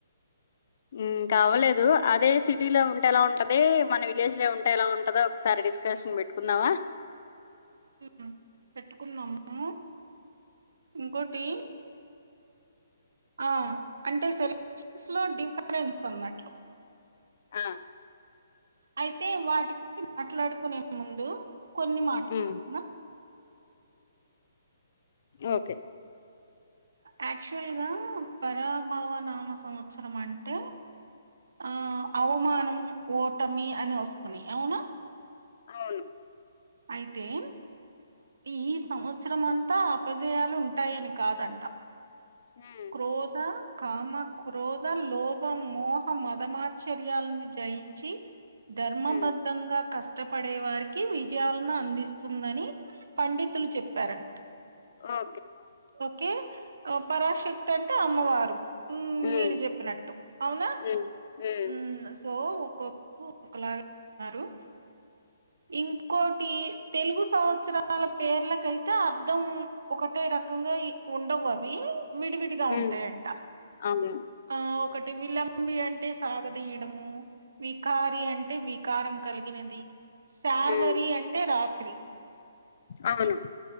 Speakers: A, on the left; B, on the right.
A: హ్మ్ ఇంకా అవ్వలేదు అదే సిటీలో ఉంటే ఎలా ఉంటది మన విలేజ్ లో ఉంటే ఎలా ఉంటదో ఒకసారి డిస్కషన్ పెట్టుకున్నావా
B: హ్మ్ పెట్టుకున్నామ్ అ ఇంకోటి ఆ అంటే సెలెక్షన్స్ లో డిఫరెన్స్ అన్నట్లు
A: ఆ
B: అయితే వాటి మాట్లాడుకునే ముందు కొన్ని మాట్లాడుకున్నాము
A: ఉమ్ ఓకే
B: యాక్చువల్ గా పరాభవ నామ సంవత్సరం అంటే ఆ అవమానం ఓటమి అని వస్తున్నాయి అవునా
A: అవును
B: అయితెం ఈ సంవత్సరం అంతా అపజయాలు ఉంటాయని కాదంట
A: ఉమ్
B: క్రోధ కామా క్రోధ లోభం మోహ మదమా్చ్చర్యాలని జయించి ధర్మబద్ధంగా
A: ఉమ్
B: కష్ కష్టపడే వారికి విజయాలను అందిస్తుందని పండితులు చెప్పారంట
A: ఆ
B: ఓకే పరాశక్తంటే అమ్ అమ్మవారు హ్మ్
A: ఉమ్
B: మీరు చెప్పినట్టు అవునా
A: ఉమ్ ఉమ్
B: హ్మ్ సో ఒక్కొక్కరు ఒక్కోక్కలాగ చెప్పినారు ఇంకోటి తెలుగు సంవత్సరాల పేర్లకైతే అర్ధం ఒకటే రకంగా ఉండవు అవి విడివిడిగా
A: ఉమ్
B: ఉంటాయంట
A: అవును
B: ఆ ఒకటి విలంబి అంటే సాగదియడము వికారి అం అంటే వికారం కలిగినది శార్వరి
A: ఉమ్
B: అంటే రాత్రి
A: అవును